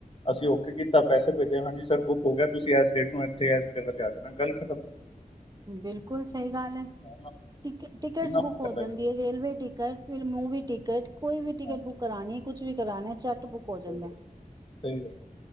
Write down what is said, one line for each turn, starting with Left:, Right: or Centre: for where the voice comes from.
Left: ਅਸੀਂ ਓਕੇ ਕੀਤਾ ਪੈਸੇ ਭੇਜੇ ਹਾਂਜੀ ਸਰ ਬੁੱਕ ਹੋ ਗਿਆ ਤੁਸੀਂ ਇਸ ਡੇਟ ਇਥੇੇ ਤੇ ਆ ਜਾਣਾ ਗੱਲ ਖਤਮ।
Right: ਬਿਲਕੁਲ ਸਹੀ ਗੱਲ ਐ,
Left: ਹੈ ਨਾ
Right: ਟਿਕਟਸ
Left: ਕਿੰਨਾ
Right: ਬੁੱਕ ਹੋ
Left: ਪਤਾ
Right: ਜਾਂਦੀ
Left: ਹੈ
Right: ਏ। ਰੇਲਵੇ ਟਿਕਟ ਫਿਰ ਮੂਵੀ ਟਿਕਟ। ਕੋਈ ਵੀ ਟਿਕਟ
Left: ਹਾਂ
Right: ਬੁੱਕ ਕਰਾਣੀ ਕੁੱਛ ਵੀ ਕਰਾਣੇ ਝੱਟ ਬੁੱਕ ਹੋ
Left: ਸਹੀ
Right: ਜਾਂਦਾ।
Left: ਗੱਲ ਸਹੀ ਗੱਲ